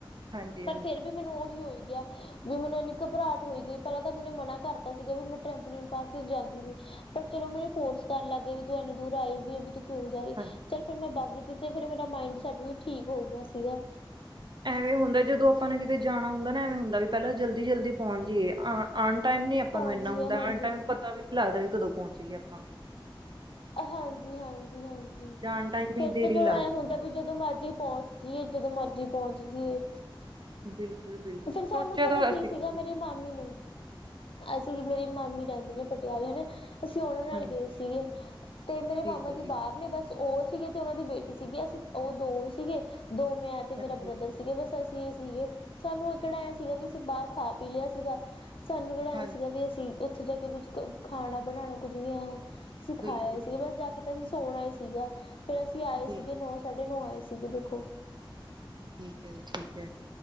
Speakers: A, on the right; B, on the left.
A: ਹਾਂਜੀ-ਹਾਂਜੀ,
B: ਪਰ
A: ਹਾਂਜੀ।
B: ਫਿਰ ਵੀ ਮੈਨੂੰ ਉਹੀ ਹੋ ਹੀ ਗਿਆ। ਵੀ ਮੈਨੂੰ ਇੰਨੀ ਘਬਰਾਹਟ ਹੋਈ ਗਈ ਪਹਿਲਾਂ ਤਾਂ ਮੈਨੂੰ ਮਨਾ ਕਰਤਾ ਸੀਗਾ ਵੀ ਮੈਂ ਟਰੈਂਪੋਲੀਨ ਪਾਰਕ ਚ ਜਾਂਦੀ ਨਹੀ। ਪਰ ਚਲੋ ਮੈਨੂੰ ਫੋਰਸ ਕਰਨ ਲੱਗੇ ਵੀ ਤੂੰ ਇੰਨੀ ਦੂਰ ਆਈ ਵੀ ਹੈ ਵੀ ਤੂੰ ਕਿਉਂ ਨੀ ਜਾ ਰਹੀ
A: ਹਾਂਜੀ ਹਾਂਜੀ।
B: ਚੱਲ ਫਿਰ ਮੈਂ ਬਾਗੀ ਦੀ ਤੇ ਫਿਰ ਮੇਰਾ ਮਾਇੰਡ ਸੈਟ ਵੀ ਠੀਕ ਹੋ ਗਿਆ ਸੀਗਾ।
A: ਐਵੇਂ ਹੁੰਦਾ ਜਦੋਂ ਆਪਾਂ ਨੂੰ ਕਿਤੇ ਜਾਣਾ ਹੁੰਦਾ ਨਾ ਐਵੇਂ ਹੁੰਦਾ ਵੀ ਪਹਿਲਾਂ ਜਲਦੀ ਜਲਦੀ ਪਹੁੰਚ ਜਾਈਏ ਆ। ਟਾਈਮ ਨੀ ਆਪਾਂ
B: ਪਹੁੰਚ
A: ਨੂੰ ਇੰਨਾ
B: ਜਈਏ
A: ਹੁੰਦਾ
B: ਹਾਂਜੀ
A: ਹਰ ਟਾਈਮ ਪਤਾ ਵੀ ਨੀ ਲੱਗਦਾ ਕਿ ਕਦੋਂ ਪਹੁੰਚ ਗਏ ਆਪਾਂ।
B: ਹਾਂਜੀ ਹਾਂਜੀ ਹਾਂਜੀ
A: ਜਾਣ ਟਾਈਮ
B: ਫੇਰ
A: ਹੀ ਦੇਰ
B: ਤਾਂ
A: ਹੀ
B: ਚਲੋ
A: ਲੱਗਦੀ
B: ਐਂ
A: ਆਪਾਂ
B: ਹੁੰਦਾ
A: ਨੂੰ
B: ਵੀ ਜਦੋਂ ਮਰਜੀੀ ਪਹੁੰਚ ਜਈਏ ਜਦੋਂ ਮਰਜੀ ਪਹੁੰਚ ਜਾਈਏ
A: ਬਿਲਕੁਲ ਬਿਲਕੁਲ
B: ਫੇਿਰ ਸਾਨੂੰ
A: ਸੋਚਿਆ
B: ਪਤਾ
A: ਤਾਂ
B: ਕੀ
A: ਅਸੀਂ
B: ਸੀਗਾ ਮੇਰੇ
A: ਵੀ ਸੀ।
B: ਮਾਮ ਾਮ ਨੇ ਅਸੀਂ ਮੇਰੀ ਮਾਮੀ ਰਹਿੰਦੇ ਨੇ ਪਟਿਆਲੇ ਹਨਾ ਅਸੀਂ ਉਹਨਾਂ ਨਾਲ
A: ਹਾਂਜੀ
B: ਗਏ ਸੀਗੇ ਤੇ ਮੇਰੇ
A: ਠੀਕ
B: ਮਾਮਾ
A: ਹੈ
B: ਜੀ
A: ਠੀਕ
B: ਬਾਹਰ
A: ਹੈ
B: ਨੇ ਬਸ ਉਹ ਸੀਗੇ ਤੇ ਉਹਨਾਂ ਦੀ ਬੇਟੀ ਸੀਗੀ ਅਸੀਂ ਉਹ ਦੋ ਸੀਗੇ ਦੋ ਮੈਂ ਤੇ ਮੇਰਾ
A: ਹਾਂਜੀ
B: ਬ੍ਰਦਰ ਸੀਗੇ ਬਸ ਅਸੀਂ। ਸੀਗੇ ਸਾਨੂੰ ਉਹ ਕਿਹੜਾ ਇਹ ਸੀਗਾ ਵੀ ਅਸੀਂ ਬਾਹਰ ਖਾ ਪੀ ਲਿਆ ਸੀਗਾ ਸਾਨੂੰ ਜੜਆ
A: ਹਾਂਜੀ
B: ਸੀਗਾ ਵੀ ਅਸੀਂ ਉੱਥੇ ਜਾ ਕੇ ਕੁੱਛ ਖਾਣਾ ਬਣਾਣਾ ਕੁੱਝ ਵੀ ਹੈ ਸਿਖਾਇਆ
A: ਬਿਲਕੁਲ ਬਿਲਕੁਲ,
B: ਸੀ ਬਸ ਜਾ ਕੇ ਤਾਂ ਅਸੀਂ ਸੋਣਾ ਹੀ ਸੀਗਾ ਫੇਰ ਅਸੀਂ ਆਏ
A: ਠੀਕ
B: ਸੀਗੇ ਨੌ ਸਾਠ ਨੂੰ ਆਏ ਸੀਗੇ ਦੇਖੋ
A: ਠੀਕ ਹੈ ਜੀ ਠੀਕ ਹੈ